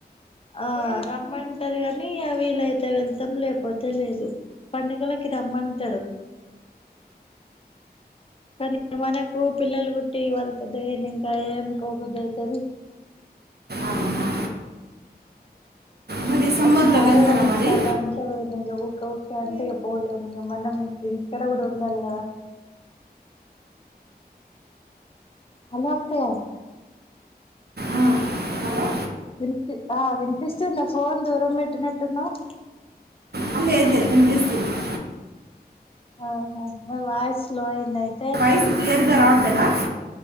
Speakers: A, on the left; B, on the right.
A: ఆ రమ్మంటారు కాని వీలయితే వెళ్తాం లేకపోతే లేదు. పండుగలకి రమ్మంటరు, కానీ మనకు పిల్లలు పుట్టి వాళ్ళు పెద్దగా అయినాంకా ఏం పోబుద్ది అయితది.
B: అవునా? మరి సమ్మర్‌లో
A: ఒకసారి
B: వెళ్తారా
A: రెండు
B: మరి?
A: సార్లు అంటే పోయినా ఇగా ఊ గా ఊకే అంటే ఇగా పోలేము ఇగా. మనము ఇక్కడ కూడా ఉండాలె కదా. హలో అక్కయ్య.
B: ఆ! హలో!
A: వినిపి ఆ వినిపిస్తుందా ఫోన్ దూరం పెట్టినట్టున్నవు.
B: ఆ! లేదు లేదు వినిపిస్తుంది.
A: ఆహా మీ వాయస్ లో అయిందయి
B: వాయిస్ క్లియర్గా రావట్లేదా.